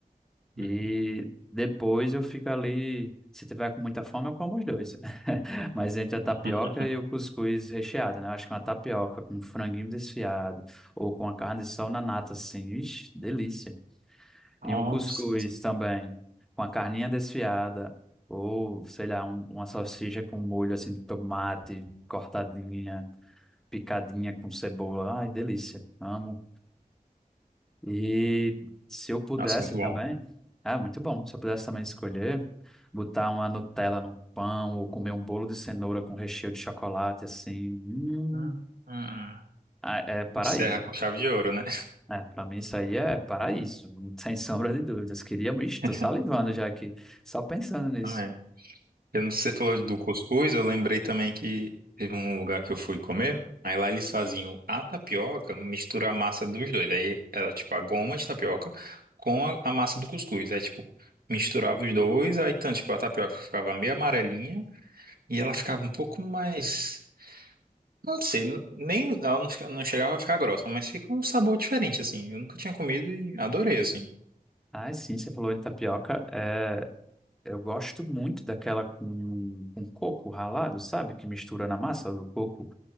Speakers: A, in the centre; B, on the right (about 85°).
A: E
B: hum.
A: depois eu fico ali. Se tiver com muita fome, eu como os dois. <laughs> Mas entre a tapioca
B: <laughs>
A: e o cuscuz recheado, né? Eu Acho que uma tapioca com um franguinho desfiado ou com a carne de sol na nata, assim. Ixi, delícia.
B: Nossa,
A: E um cuscuz também com a carninha desfiada ou, sei lá, um- uma salsicha com molho, assim, de tomate cortadinha, picadinha com cebola. Ai, delícia. Amo. E se eu pudesse
B: nossa, muito
A: também,
B: bom.
A: ah, muito bom. Se eu pudesse também escolher, botar uma Nutella num pão ou comer um bolo de cenoura com recheio de chocolate, assim, hum,
B: Hum, hum.
A: ah, é paraíso.
B: Encerra com chave de ouro, né?
A: É, para mim isso aí é paraíso, não tem <laughs> sombra de dúvidas. Queria, ixi,
B: <laughs>
A: tô salivando já aqui, só pensando nisso.
B: Também. Eu não sei, você falou do cuscuz, eu lembrei também que teve um lugar que eu fui comer, aí lá eles faziam a tapioca, mistura a massa dos dois, aí era tipo a goma de tapioca com a, a massa do cuscuz, aí tipo, misturava os dois, aí então, tipo, a tapioca ficava meio amarelinha e ela ficava um pouco mais, não sei, n- nem, ela não, fica- não chegava a ficar grossa, mas fica um sabor diferente, assim, eu nunca tinha comido e adorei, assim.
A: Ah, sim, você falou em tapioca. É, eu gosto muito daquela com, com coco ralado, sabe? Que mistura na massa do coco